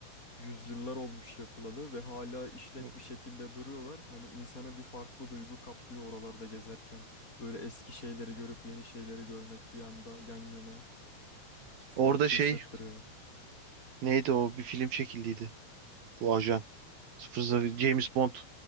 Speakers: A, on the left; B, on the right.
A: yüzyıllar olmuş yapılalı ve hala işlek
B: Hı.
A: bir şekilde duruyorlar. Hani insana bir farklı duygu kaplıyor oralarda gezerken. Böyle eski şeyleri görüp yeni şeyleri görmek bir anda yan yana farklı
B: Orada şey
A: hissettiriyor.
B: neydi o bir film çekildiydi. Bu ajan 00 James Bond.